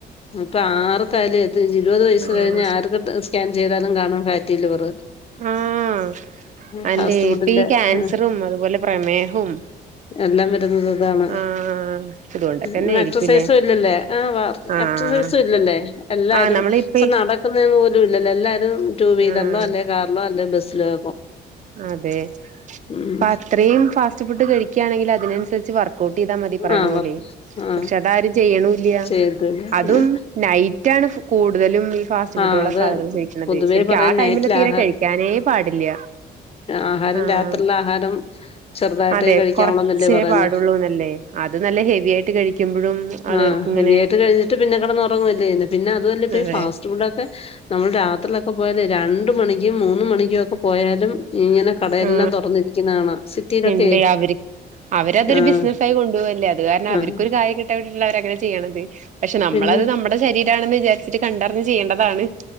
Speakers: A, on the left (about 35°); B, on the right (about 45°).
A: അപ്പൊ ആർക്കായാലും പ്രത്യേകിച്ച് ഇരുപത് വയസ്
B: ആഹ്
A: കഴിഞ്ഞ ആർക്കും സ്‌കാന് ചെയ്താലും കാണാൻ ഫാ റ്റി ലിവർ
B: ആഹ് അല്ലേ
A: ഗ്യാസ്ട്രബിളിന്റെ
B: ഇപ്പ ഈ ക്യാൻസറും
A: ആ
B: അതുപോലെ പ്രമേഹവും
A: എല്ലാം വരുന്നത് ഇതാണ്
B: ആഹ് ഇതുകൊണ്ടൊക്കെന്നെ
A: എന്നാ
B: ആയിരിക്കുംല്ലേ
A: എക്സസൈസും ഇല്ലല്ലേ ആ വാ
B: ആഹ്
A: എക്സസൈസും ഇല്ലല്ലേ എല്ലാരും
B: ആഹ് നമ്മളിപ്പ
A: ഇപ്പോ നടക്കുന്നത് പോലും ഇ ല്ലല്ലോ എല്ലാ രും ടു വീലറിലോ
B: ആഹ്
A: അല്ലെ കാറിലോ അല്ലേ ബ സ്സിലോ
B: അതെ അപ്പൊ
A: ഉം
B: അത്രയും ഫാസ്റ്റ് ഫുഡ് കഴിക്കുകയാണെങ്കിൽ അതിനനുസരിച്ച് വർ ക്ക് ഔട്ട് ചെയ്താ മതി പറയണ
A: ആ
B: പോലെയേ
A: വർക്ക് ആ
B: പക്ഷെ അതാരും ചെയ്യണുമില്ല
A: ചെയ്തില്ല
B: അതും
A: പിന്നെ
B: നൈറ്റാണ് കൂടുതലും ഫാസ്റ്റ് ഫുഡുകളൊക്കെ
A: ആ അത്
B: ആളുകള് കഴിക്കണതേ
A: പൊതുവേ
B: ശരിക്കും
A: പറയും
B: ആ ടൈമിന്
A: നൈറ്റിൽ
B: തീരെ
A: ആഹാ
B: കഴിക്കാനേ പാടില്ല
A: ആഹാരം
B: ആഹ്
A: രാത്രിയിൽ ആഹാരം ചെറുതായിട്ട്
B: അതെ
A: കഴിക്കുള്ളന്നല്ലേ
B: കൊറച്ചേ
A: പറയുന്ന
B: പാടുള്ളൂന്നല്ലേ അത് നല്ല ഹെവി ആയിട്ട് കഴിക്കുമ്പോഴും ആളുകൾക്ക്
A: ആ
B: ഇങ്ങനെ
A: ഇവിയായിട്ട് കഴിഞ്ഞിട്ട് പിന്നെ കടന്നന്ന് ഉറങ്ങുന്നില്ലേ പിന്നെ അതല്ല ഇ
B: അതെ
A: ഫാസ് നമ്മൾ രാത്രിൊക്കെ പോയല് രണ്ട മണിക്കും മൂന്ന് മണിക്കും ഒക്കെ പോയാലും ഇങ്ങനെ കടയെല്ലാം
B: ആ
A: തുറന്നിരിക്കുന്ന കാണാം സിറ്റിയിലൊക്കെ
B: എണ്ട് അവര് അവരതൊരു
A: ആഹ്
B: ബിസിനസ ആയി കൊണ്ടുപോവല്ലേ അത് കാരണം അവർക്കൊരു
A: ആഹ്
B: കാര്യം കിട്ടാൻ വേണ്ടിട്ടുള്ള അവരങ്ങനെ ചെയ്യണത് പക്ഷെ നമ്മളത്
A: പിന്നെ
B: നമ്മുടെ ശരീരമാണെന്ന് വിചാരിച്ചിട്ട് കണ്ട ചെയ്യേണ്ടതാണ്